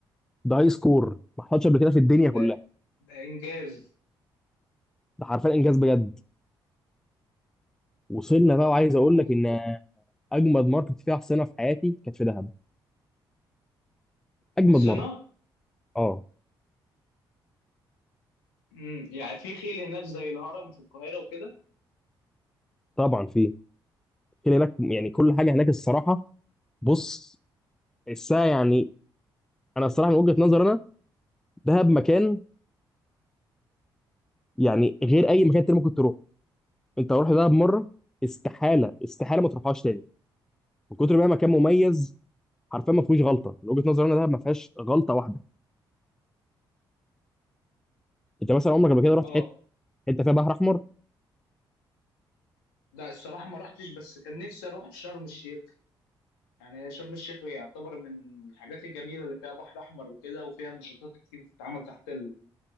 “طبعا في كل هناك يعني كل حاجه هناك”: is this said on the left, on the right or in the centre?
Centre